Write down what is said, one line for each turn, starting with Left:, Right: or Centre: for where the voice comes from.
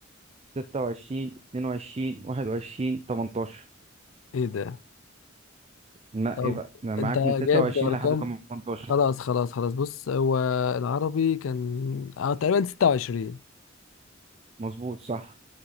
Right: ستة وعشرين اتنين وعشرين واحد وعشرين تمنتاشر
Left: ايه ده
Right: نقي
Left: طب
Right: بقى أنا معاك
Left: انت
Right: من ستة
Left: جايب
Right: وعشرين
Left: ارقام
Right: لحد تمنتاشر
Left: خلاص خلاص خلاص بص هو العربي كان اه تقريبا 26
Right: مظبوط صح